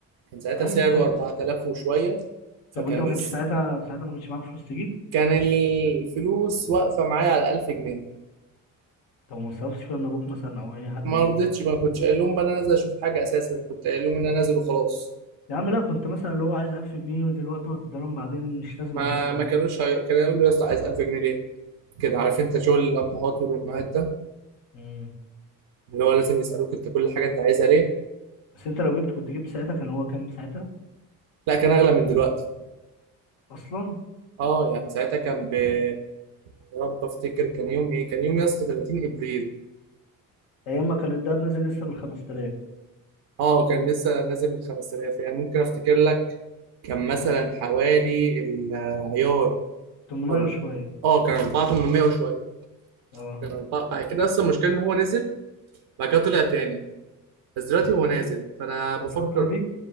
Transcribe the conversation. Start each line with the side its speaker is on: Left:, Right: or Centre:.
Right: كان ساعتها
Left: ايوه
Right: سعره
Left: فاهم
Right: أربعة آلاف وشوية فكان
Left: طب انت ما كانش ساعتها ساعتها ما كانش معاك فلوس تجيب
Right: كان الفلوس واقفة معايا على ألف جنيه
Left: طب ما صرفتش فيها من ابوك مثلا او اي حد
Right: ما
Left: ليه
Right: رضيتش ما كنتش قايل لهم بقى انا نازل اشوف حاجه اساسا كنت قايل لهم ان انا نازل وخلاص
Left: يا عم لا كنت مثلا اللي هو عايز 1000 جنيه ودلوقتي هو هتديلهم بعدين مش لازم
Right: ما
Left: عشان تقول
Right: ما
Left: لهم
Right: كانوش هي... كانوا يقولوا يا اسطى عايز 1000 جنيه ليه كده عارف انت شغل الابهات والامهات ده
Left: مم.
Right: اللي هو لازم يسالوك انت كل حاجه انت عايزها ليه
Left: بس انت لو جبت كنت جبت ساعتها كان هو كام ساعتها
Right: لا كان اغلى من دلوقتي
Left: اصلا
Right: اه يعني ساعتها كان ب يا رب افتكر كان يوم ايه كان يوم يا اسطى 30 ابريل
Left: ايام ما كان الدهب نازل لسه من 5000
Right: اه كان لسه نازل من 5000 يعني ممكن افتكر لك كان مثلا حوالي العيار
Left: 800
Right: أرب...
Left: وشويه
Right: اه كان 4800 وشويه
Left: اه
Right: كان أربعة بعد كده اصلا المشكله ان هو نزل بعد كده طلع تاني بس دلوقتي هو نازل
Left: بص
Right: فانا بفكر
Left: هو الفتره دي